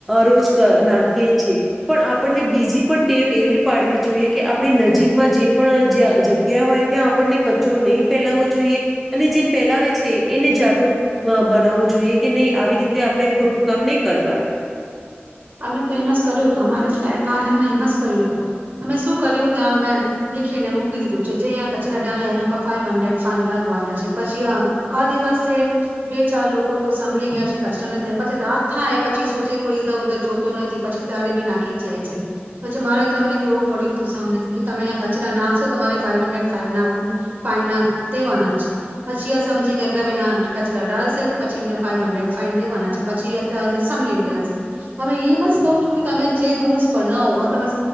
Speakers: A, in the centre; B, on the right.
A: રોજ નાખીએ છીએ પણ આપણને બીજી ટેવ‌ એવી પાડવી જોઈએ આપણી નજીકમાં જે પણ જ્યા જગ્યા ત્યાં આપણને કચરો નહીં ફેલાવવો જોઈએ અને જે ફેલાવે છે એને જાગૃત બનાવવો જોઈએ કે નહીં આવી રીતે આપણે ખોટું કામ નહી કરવાનું.
B: અમે તો એમ જ કર્યું તો અમારે ભારેમે એમ જ કર્યું હતું અમે શું કર્યું ત્યાં અમે લીખીને મૂકી દીધું છે જે અહીંયા કચરા ડાલે્યા એના પર ફાઈવ હન્ડ્રેડ ફાઇન લાગવાના છે પછી આ દિવસે બે ચાર લોકો તો સાભળી ગયા છે કચરા નથી પછી રાત થાય પછી સોચે કોઈ જોતો નથી પછી તારે બી નાખી જ જાય છે, પછી મારે તો કેવું પડ્યું હતું સામને કે તમે કચરા ના તમારે ફાઈવ હન્ડ્રેડ ફાવ ના ફાન ના દેના જ છે પછી આ સમજી ગયા કે કચરા ડાલશે તો પછી એમને ફાવ હન્ડ્રેડ ફાઇન દેવાના છે પછી સમજી ગયા છે. તમે એમ જ કહું છું કે તમે જે રૂલ્સ બનાવો તમે